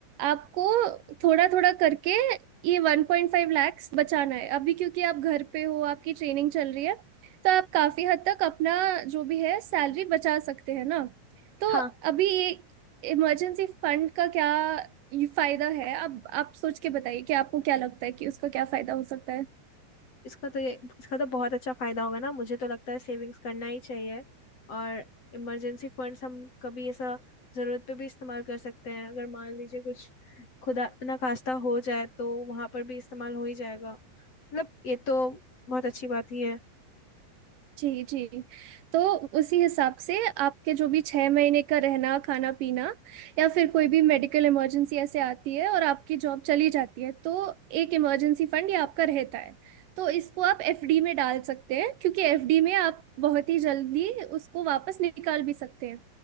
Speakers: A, on the right; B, on the left.
A: आपको थोड़ा थोड़ा करके ये वन पॉइंट फाइव लैक्स बचाना है अभी क्योंकि आप घर पे हो आपकी ट्रेनिंग चल रही है तो आप काफी हद तक अपना जो भी है सैलरी बचा सकते हैं ना तो
B: हाँ
A: अभी ये इमरजेंसी फंड का क्या ये फायदा है अब आप सोच के बताइए कि आपको क्या लगता है कि उसका क्या फायदा हो सकता है
B: इसका तो ये इसका तो बहुत अच्छा फायदा होगा ना मुझे तो लगता है सेविंग्स करना ही चाहिए और इमरजेंसी फंड्स हम कभी ऐसा जरूरत पे भी इस्तेमाल कर सकते हैं अगर मान लीजिए कुछ खुदा ना खास्ता हो जाए तो वहां पर भी इस्तेमाल हो ही जाएगा मतलब ये तो बहुत अच्छी बात ही है
A: जी जी तो उसी हिसाब से आपके जो भी छह महीने का रहना खाना पीना या फिर कोई भी मेडिकल इमरजेंसी ऐसे आती है और आपकी जॉब चली जाती है तो एक इमरजेंसी फंड ये आपका रहता है तो इसको आप एफडी में डाल सकते हैं क्योंकि एफडी में आप बहुत ही जल्दी उसको वापस निकाल भी सकते हैं